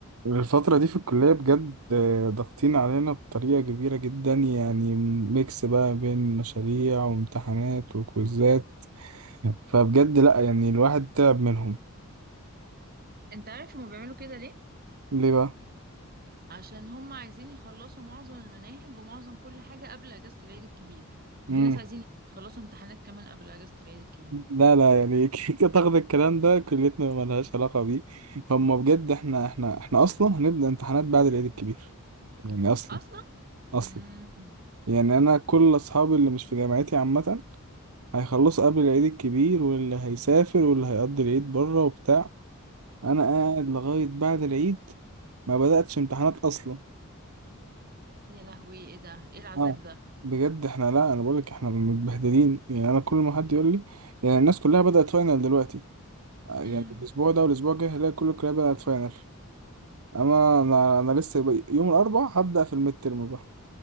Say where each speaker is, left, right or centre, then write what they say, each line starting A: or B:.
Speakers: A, on the right; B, on the right.
A: الفترة دي في الكلية بجد آه، ضاغطين علينا بطريقة كبيرة جدا يعني ميكس بقى بين مشاريع وامتحانات وكويزات <laughs> فبجد لأ يعني الواحد تعب منهم
B: انت عارف هما بيعملوا كده ليه
A: ليه بقى؟
B: عشان هما عايزين يخلصوا معظم المناهج ومعظم كل حاجة قبل اجازة العيد الكبير
A: مم.
B: وفي ناس عايزين يخلصوا امتحانات كمان قبل اجازة العيد الكبير
A: لا لا يعني <laughs> كيكة تاخد الكلام ده كليتنا ملهاش علاقة بيه هما بجد احنا احنا احنا أصلا هنبدأ امتحانات بعد العيد الكبير يعني أصلا
B: اصلا
A: أصلا
B: امم
A: يعني أنا كل أصحابي اللي مش في جامعتي عامة هيخلصوا قبل العيد الكبير واللي هيسافر واللي هيقضي العيد بره وبتاع انا قاعد لغايه بعد العيد ما بداتش امتحانات اصلا
B: يا لهوي ايه ده ايه العذاب
A: اه
B: ده
A: بجد احنا لا انا بقولك احنا متبهدلين يعني انا كل ما حد يقول لي يعني الناس كلها بدات فاينل دلوقتي آه، يعني
B: امم
A: الاسبوع ده والاسبوع الجاي هلاقي كل الكليه بدات فاينل اما انا انا لسه بقى- يوم الاربعاء هبدا في الميد ترم بقى